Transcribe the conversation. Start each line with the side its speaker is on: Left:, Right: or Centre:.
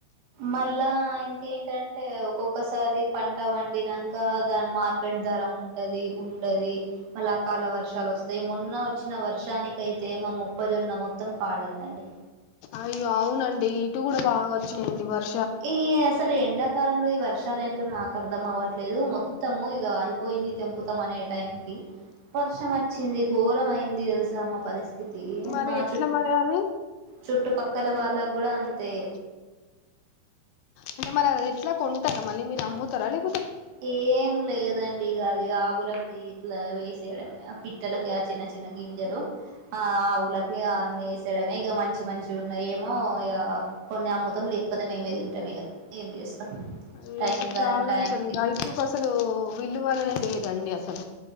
Right: మళ్ళా ఇంకేం ఏంటే ఒక్కొక్కసారి పంట పండినాక దాని మార్కెట్ ధర ఉంటది ఉండది మళ్ళా కాల వర్షాలు వస్తాయి మొన్న వచ్చిన వర్షానిక అయితే మా మొక్కజొన్న మొత్తం పాడైందండి
Left: అయ్యో అవునండి ఇటు కూడా బాగా వచ్చినాయండి వర్
Right: ఈ అసలు ఎండాకాలం ఇలో ఈ వర్షాలు ఏంటో నాకు అర్ధం అవ్వట్లేదు మొత్తము ఇక అయిపోయింది తెంపుతాం అనే టైం క పర్షం వచ్చింది ఘోరమైంది ఇసామ పరిస్ స్ి
Left: మరి
Right: మా
Left: ఎట్లా
Right: చుట్
Left: మరి అది
Right: చుట్టుపక్కల వాళ్ళ కూడా అంత తే
Left: అ అంటే మ ఎట్లా కొ మళ్ీ మీరు అమ్ముతారాలి
Right: ఏం లేదండి ఇకది ఆగుల ఇట్లా వేసేయడమే ఆ పిట్టలకి ఆ చిన్న చిన్న గింజలు ఆ ఆవులకి అన్ని వేసేయడమే ఇక మంచి మంచి ఉన్నాయ ఏమో ఇక కొన్ని అమ్ముతం లేకపోతే మేమే తింటాం ఇక ఏం చేస్తాం
Left: అయ్యో
Right: టైం
Left: అసలు
Right: గానీ
Left: చాలా
Right: టైం
Left: అసలు రైతుకు అసలు విల్లువలనే లేదా అండి అసలు